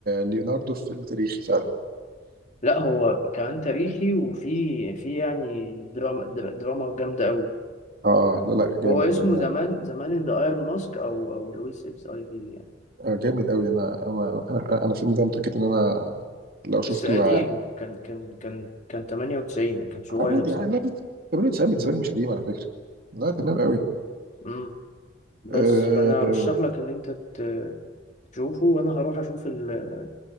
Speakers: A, on the right; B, on the left.
A: ليوناردو في فيلم تاريخي فعلا
B: لا هو كمان تاريخي وفي في يعني دراما در- دراما جامدة قوي
A: اه لا لا جامد
B: هو اسمه
A: ده انا
B: زمان زمان ان ذا ايرون ماسك او او لويس اكس اي في يعني
A: آه، جامد قوي انا انا انا انا الفيلم ده متاكد ان انا لو
B: بس
A: شفته
B: قديم كان كان كان كان 98 كان صغير
A: عادي
B: ساعتها
A: عادي لا، 98 بالنسبه لي مش قديم على فكره لا تمام قوي
B: امم بس
A: اه,
B: فانا ارشح لك ان انت ت- تشوفه وانا هروح اشوف ال-